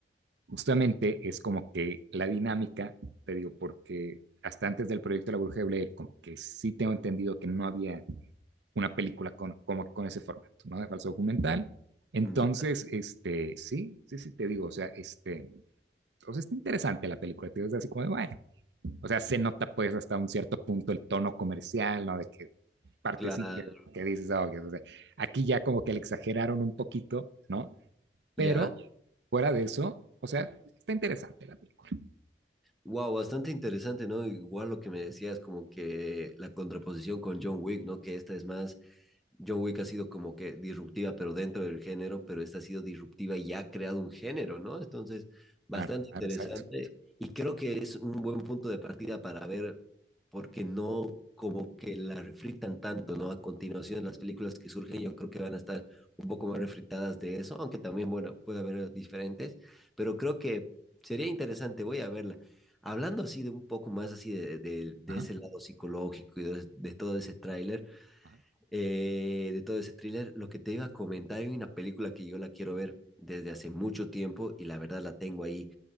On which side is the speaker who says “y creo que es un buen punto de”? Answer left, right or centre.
Centre